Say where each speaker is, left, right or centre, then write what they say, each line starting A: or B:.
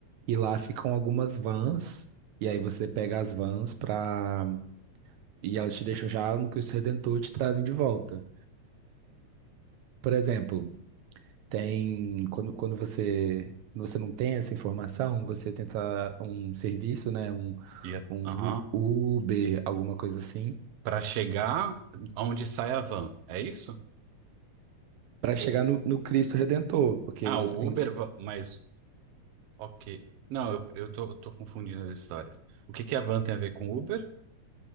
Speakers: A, on the right (about 80°); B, on the right (about 70°).
A: e lá ficam algumas vans. E aí você pega as vans para e elas te deixam já no Cristo Redentor e te trazem de volta. Por exemplo, Tem, quando, quando você, quando você não tem essa informação, você tenta um serviço, né? Um,
B: Ia,
A: um
B: aham.
A: U- Uber, alguma coisa assim,
B: Pra chegar onde sai a van, é isso?
A: para chegar
B: O-
A: no, no Cristo Redentor, porque
B: Ah,
A: você
B: o
A: tem
B: Uber,
A: que.
B: va- mas ok. Não, eu, eu tô, eu tô confundindo as histórias. O que que a van tem a ver com Uber?